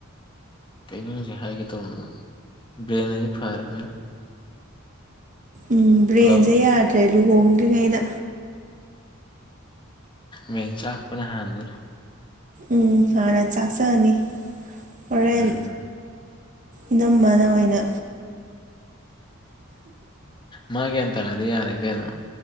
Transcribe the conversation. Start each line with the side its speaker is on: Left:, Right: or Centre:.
Left: ꯀꯩꯅꯣ ꯍꯧꯖꯤꯛ ꯍꯥꯏꯒꯦ ꯇꯧꯔꯝꯕꯗꯣ ꯕ꯭ꯔꯦꯟ ꯍꯥꯏꯗꯤ ꯐꯔꯕꯅꯤꯅ
Right: ꯎꯝ ꯕ꯭ꯔꯦꯟꯁꯦ
Left: ꯍꯜꯂꯣ
Right: ꯌꯥꯗ꯭ꯔꯦ ꯂꯨꯍꯣꯡꯗ꯭ꯔꯤꯉꯩꯗ
Left: ꯃꯦꯟ ꯆꯥꯛꯄꯅ ꯍꯥꯟꯗꯔ
Right: ꯎꯝ ꯍꯥꯟꯅ ꯆꯥꯛ ꯆꯅꯤ ꯍꯣꯔꯦꯟ
Left: ꯎꯝ
Right: ꯏꯅꯝꯕꯅ ꯑꯣꯏꯅ
Left: ꯃꯥ ꯒ꯭ꯌꯥꯟ ꯇꯥꯅꯗꯤ ꯌꯥꯔꯦ ꯀꯩꯅꯣ